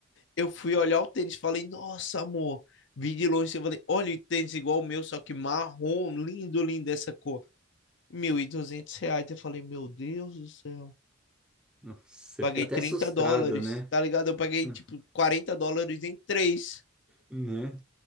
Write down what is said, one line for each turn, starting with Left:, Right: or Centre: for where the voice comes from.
Left: Eu fui olhar o tênis, falei, nossa, amor. Vi de longe, eu falei, olha o tênis igual o meu, só que marrom, lindo, lindo essa cor. mil e duzentos reais. Eu falei, meu Deus do céu.
Centre: Você
Left: Paguei
Centre: fica até
Left: 30
Centre: assustado,
Left: dólares,
Centre: né?
Left: tá ligado? Eu paguei,
Centre: Hum.
Left: tipo, 40 dólares em três.
Centre: Né?